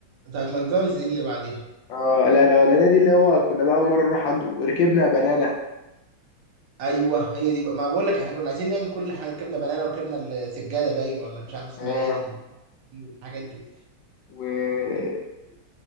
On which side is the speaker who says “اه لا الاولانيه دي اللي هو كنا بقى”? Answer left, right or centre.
Left